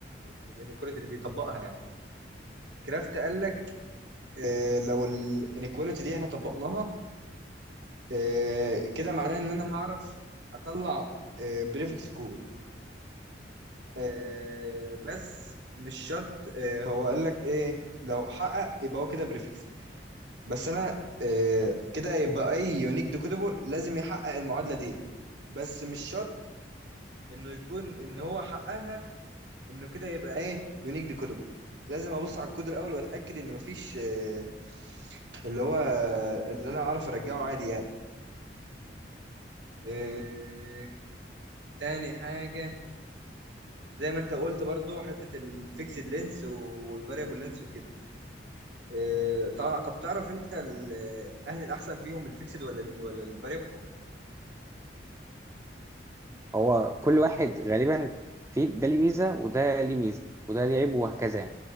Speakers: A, on the right (about 80°); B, on the right (about 15°).
A: للانيكواليتي اللي بيطبقها يعني كرافت قال لك آه لو الانيكواليتي دي احنا طبقناها آه كده معناه ان انا هعرف اطلع آه بريفكس كود آه بس مش شرط آه هو قال لك ايه لو حقق يبقى هو كده بريفكس بس انا آه كده يبقى اي يونيك ديكودبل لازم يحقق المعادله دي بس مش شرط انه يكون ان هو حققها انه كده يبقى ايه يونيك ديكودبل لازم ابص على الكود الاول واتاكد ان مفيش آه، اللي هو اللي انا اعرف ارجعه عادي يعني آه، تاني حاجه زي ما انت قلت برضو حته الفيكسد لينس والفاريبل لينس وكده آه، تع- طب تعرف انت ال- اهل الاحسن فيهم الفيكسد ولا ال ولا الفاريبل
B: هو كل واحد غالبا في ده ليه ميزه وده ليه ميزه وده ليه عيب وهكذا يعني